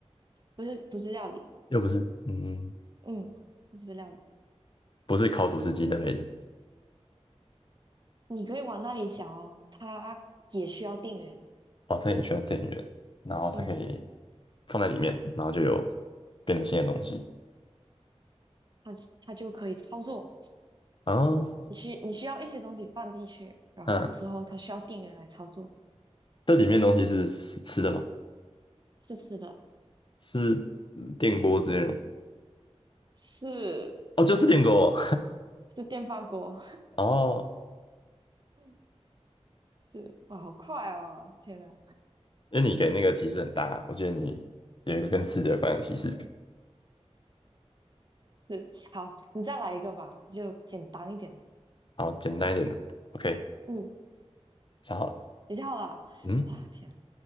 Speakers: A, on the right; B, on the left.
A: 不是不是料理，
B: 又不是，嗯，
A: 嗯，它不是料理，
B: 不是烤吐司机那类的。
A: 你可以往那里想哦，它也需要电源，
B: 哦，它也需要电源，然后它可以
A: 嗯，
B: 放在里面，然后就有变成新的东西。
A: 它它就可以操作，
B: 哦，
A: 你需你需要一些东西放进去，然后之后它需要电源来操作，
B: 嗯，这里面的东西是是吃的吗？
A: 是吃的，
B: 是嗯电锅之类的吗？
A: 是
B: 哦，就是电锅。
A: 是电饭锅，
B: <laughs> 哦，
A: <laughs> 是哇，好快哦，天哪！
B: 因为你给那个提示很大啊我觉得你有一个跟吃的有关的提示。
A: 是，好，你再来一个吧，就简单一点的。
B: 好，简单一点，OK，
A: 嗯，
B: 想好了。
A: 比较好了。
B: 嗯，
A: 哇，天啊，